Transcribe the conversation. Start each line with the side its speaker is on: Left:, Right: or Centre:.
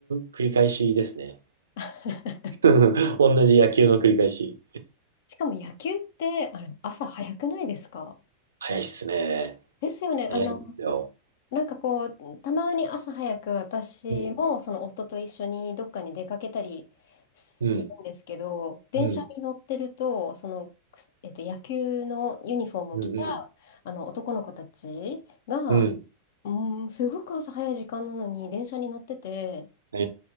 Right: 繰り返しですね。
Left: <laughs>
Right: <laughs> 同じ野球の繰り返し。
Left: しかも野球って、あれ、朝早くないですか
Right: 早いっすね。
Left: ですよね。
Right: 早いんですよ。
Left: あの、なんかこう、たまに朝早く私もその夫と一緒にどっかに出かけたりするんですけど、
Right: うん、うん、
Left: 電車に乗ってると、
Right: うん、
Left: その、えっと、野球のユニフォームを着た
Right: うん、うん。
Left: あの男の子たちが、
Right: うん
Left: うん、すごく朝早い時間なのに電車に乗ってて、
Right: え